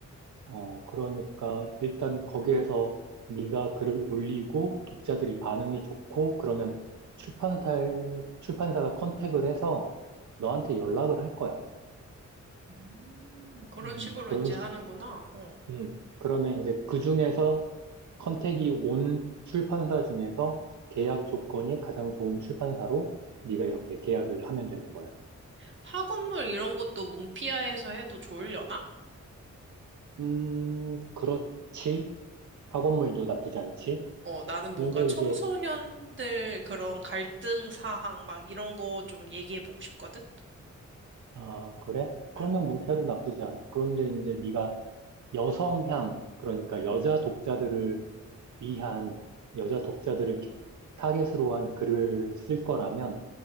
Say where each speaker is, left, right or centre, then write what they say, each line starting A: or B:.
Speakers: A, on the right; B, on the right.
A: 어, 그러니까 일단 거기에서 네가 글을 올리고 독자들이 반응이 좋고 그러면 출판사 출판사가 컨택을 해서 너한테 연락을 할 거야.
B: 음, 그런
A: 음,
B: 식으로
A: 그런
B: 이제
A: 식.
B: 하는구나. 어.
A: 음, 그러면 이제 그 중에서 컨택이 온 출판사 중에서 계약 조건이 가장 좋은 출판사로 네가 이렇게 계약을 하면 되는 거야.
B: 학원물 이런 것도 문피아에서 해도 좋으려나?
A: 음, 그렇지. 학원물도 나쁘지 않지.
B: 어, 나는
A: 근데
B: 뭔가 청소년들
A: 이제
B: 그런 갈등 사항 막 이런 거 좀 얘기해보고 싶거든?
A: 아, 그래?
B: 어,
A: 그러면 문패도 나쁘지 않아. 그런데 이제 네가 여성향, 그러니까 여자 독자들을 위한, 여자 독자들을 기- 타겟으로 한 글을 쓸 거라면,